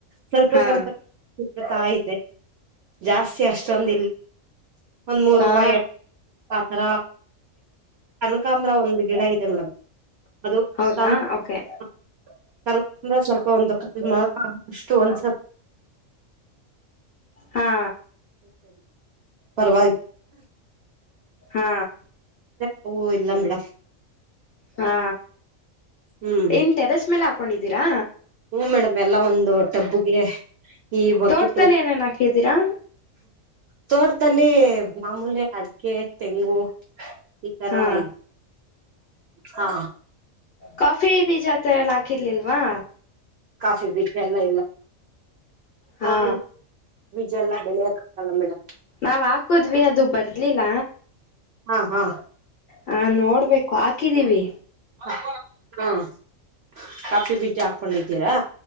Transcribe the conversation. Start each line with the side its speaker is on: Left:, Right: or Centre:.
Right: ಸ್ವಲ್ಪ
Left: ಹಾ
Right: ಸ್ವಲ್ಪತ ಇದೆ ಜಾಸ್ತಿ ಅಷ್ಟ್ರಮ ದಿಲಿ ಒಂದು ಮೂರುೂರುವ
Left: ಹಾ
Right: ಎ ಪತ್ರ ಕನಕಾಾಮ್ರ ಒಂದು್ ಗಿಡ ಇದೆ ಮೇಡಮ್ ಅದು
Left: ಹೌದಾ
Right: ಕಕಂದ್ರ
Left: ಓಕೆ
Right: ಸ್ವಲ್ಪ ಒಂದ ಮಾರ್ ಅಗವಷ್ಟು ಒಂದ್ ಚ
Left: ಹಾ
Right: ಪವಾಗಿ
Left: ಹಾ
Right: ಹೂ ಇಲ್ಲ ಮೇಡಮ್
Left: ಹಾ
Right: ಹ್ಮ್
Left: ಇನ್ ಟೆರಸ್ ಮೇಲೆ ಅನ್ಕೊಂಡಿದೀರಾ
Right: ಹ್ಮ ಮೇಡಮ್ ಎಲ್ಲ ಒಂದು ಟಬ್ಬುಗೆ ಈ ಬಕಿಟು
Left: ತೋಟದದಲ್ಲಿ ಏನೇನ್ ಹಾಕಿದ್ದೀರಾ
Right: ತೋಟದಲ್ಲಿ ಮಾಮೂಲಿ ಅಡಿಕೆ ತೆಂಗು ಈ ತರ
Left: ಹಾ
Right: ಆಯ್ತು ಹಾ
Left: ಕಾಫಿ ಬೀಜ ಎಲ್ಲ ಹಾಕಿರ್ಲಿಲ್ವಾ
Right: ಕಾಫಿ ಬೀಜ ಇಲ್ಲ
Left: ಹಾ
Right: ನ ಬೀಜ ಎಲ್ಲ ಬೆಳೆಯಕಲ್ಲ ಮೇಡ
Left: ನಾವ್ ಹಾಕುದ್ವಿ ಅದು ಬರ್ಲಿಲ್ಲ
Right: ಹಾ ಹಾ
Left: ಹಾ ನೋಡ್ಬೇಕು ಹಾಕಿದೀವಿ
Right: ಹಾ ಹ್ಮ್ಮ್ ಕಾಫಿ ಬೀಜ ಹಾಕೊಂಡಿದ್ದೀರಾ